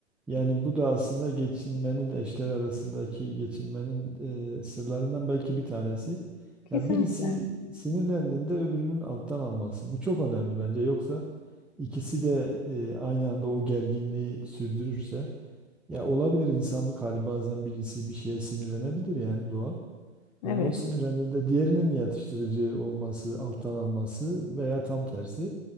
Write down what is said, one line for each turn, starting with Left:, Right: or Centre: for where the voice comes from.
Centre: Yani bu da aslında geçinmenin eşler arasındaki geçinmenin e, sırlarından belki bir tanesi.
Left: <laughs> Kesinlikle.
Centre: Ya birisi sinirlendiğinde öbürünün alttan alması. Bu çok önemli bence. Yoksa ikisi de e, aynı anda o gerginliği sürdürürse ya olabilir insanlık hali bazen birisi bir şeye sinirlenebilir yani doğal. Yani
Left: Evet.
Centre: o sinirlendiğinde diğerinin yatıştırıcı olması, alttan alması veya tam tersi.